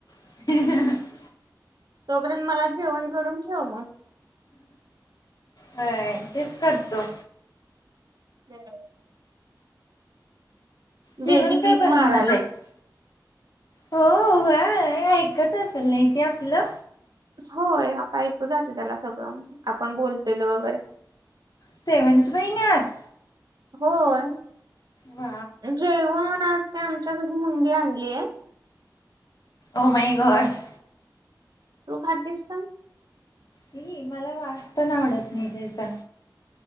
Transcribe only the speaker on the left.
<unintelligible>
होय, तेच करतो.
जेवण
काय बनवणार
आहेस? हो व्हय, ऐकत असेल नाही ती आपलं?
सेवंत महिन्यात?
वा
ओ माय गॉड
ह मला वाच पण आवडत नाही त्याचा